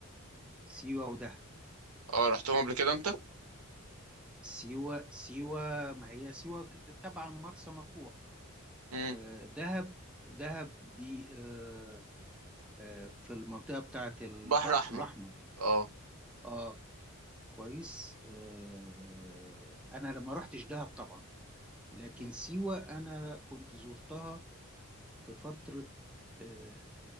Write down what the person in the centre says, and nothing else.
سيوة ودهب
سيوة سيوة ما هي سيوة كده تبع مرسى مطروح
آه، دهب دهب دي آه، آه، في المنطقة بتاعة البحر
الأحمر
اه كويس آه، انا لما روحتش دهب طبعا لكن
سيوة أنا كنت زرتها في فترة آه،